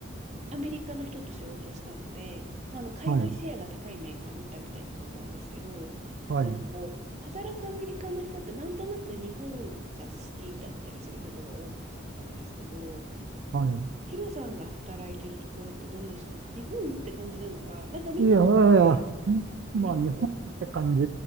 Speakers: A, on the right; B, on the right.
A: アメリカの人としようとしたので、まあ、あの海外シェアが高いメーカーに行ったみたいな感じなんですけど、
B: はい、はい、
A: なんかこう、働くアメリカの人ってなんとなく日本が好きだったりすることが多かったんですけど、
B: はい。
A: ヒロさんが働いてるところってどうでした日本って感じなのか、なんかみんななんか
B: いやいやいや、うんまあ日本って感じ
A: 日本は、